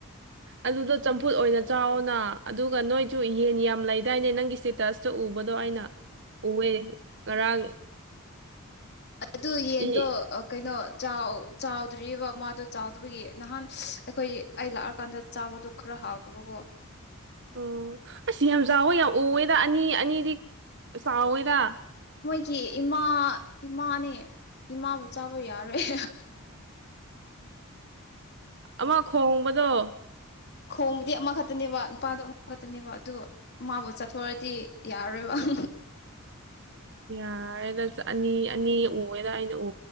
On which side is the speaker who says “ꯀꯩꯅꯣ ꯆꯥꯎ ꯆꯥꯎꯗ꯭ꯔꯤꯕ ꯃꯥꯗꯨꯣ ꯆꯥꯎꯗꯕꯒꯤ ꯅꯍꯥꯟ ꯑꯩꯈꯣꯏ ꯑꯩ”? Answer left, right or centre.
Left